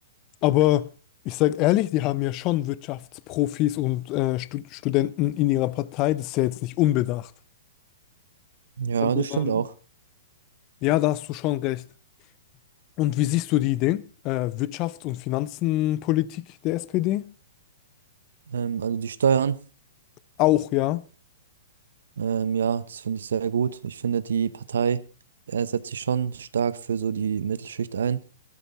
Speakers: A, on the left; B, on the right.
A: Aber ich sage ehrlich, die haben ja schon Wirtschaftsprofis und äh, Stu Studenten in ihrer Partei. Das ist ja jetzt nicht unbedacht.
B: Ja,
A: Aber
B: das stimmt
A: ähm,
B: auch.
A: ja, da hast du schon recht. Und wie siehst du die Idee? Äh, Wirtschafts- und Finanzenpolitik der SPD?
B: Ähm, also die Steuern,
A: Auch, ja.
B: ähm, ja, das finde ich sehr gut. Ich finde, die Partei äh, setzt sich schon stark für so die Mittelschicht ein.